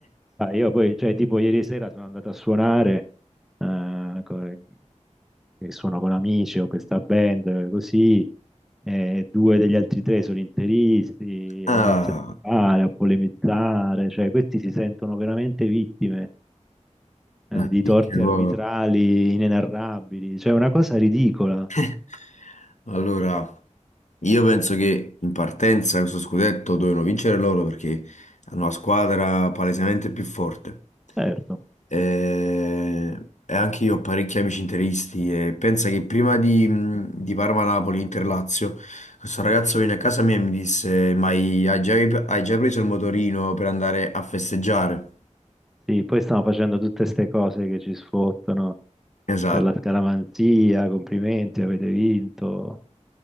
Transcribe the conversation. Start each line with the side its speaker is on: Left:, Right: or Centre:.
Centre: sai, io poi, cioè tipo ieri sera sono andato a suonare eh, co- che suono con amici, ho questa band, eh, così, eh, due degli altri tre sono interisti,
Left: Ah,
Centre: ed hanno iniziato a fare, a polemizzare, cioè questi si sentono veramente vittime, eh,
Left: ma
Centre: di
Left: tipo...
Centre: torti arbitrali inenarrabili, cioè una cosa ridicola,
Left: <laughs> Allora, io penso che in partenza questo scudetto dovevano vincere loro perché hanno la squadra palesemente più forte.
Centre: certo.
Left: E, e anche io ho parecchi amici interisti e pensa che prima di, di Parma-Napoli, Inter-Lazio, questo ragazzo venne a casa mia e mi disse, ma hai hai già, hai già preso il motorino per andare a festeggiare?
Centre: Sì, poi stiamo facendo tutte queste cose che ci sfottono
Left: Esatto.
Centre: per la scaramanzia, complimenti, avete vinto.